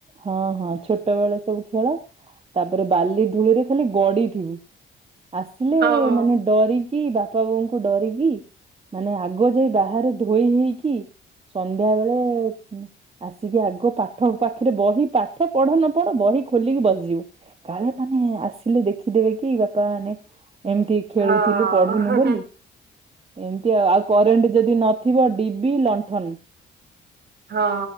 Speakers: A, on the right; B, on the right.
A: ହଁ- ହଁ ଛୋଟ ବେଳେ ସବୁ ଖେଳ, ତାପରେ ବାଲି ଧୂଳିରେ ଖାଲି ଗଡିଥିବୁ। ଆସିଲେ
B: ଆଉ ହଁ
A: ମାନେ ଡରିକି ବାପା ବୋଉଙ୍କୁ ଡରିକି, ମାନେ ଆଗ ଯାଇ ବାହାରେ ଧୋଇ ହୋଇକି, ସନ୍ଧ୍ୟା ବେଳେ ଆସିକି ଆଗ ପାଠ ପାଖରେ, ବହି ପାଠ ପଢ ନ ପଢ ବହି ଖୋଲିକି ବସିଯିବୁ। କାଳେ ମାନେ ଆସିଲେ ଦେଖିଦେବେ କି, ବାପା ମାନେ ଏମିତି ଖେଳୁଥିଲୁ,
B: ହଁ
A: ପଢିନୁ
B: ହୁଁ ହଁ
A: ବୋଲି ଏମିତି ଆଉ ଆଉ କରେଣ୍ଟ ଯଦି ନଥିବ ଡିବି, ଲଣ୍ଠନ
B: ହଁ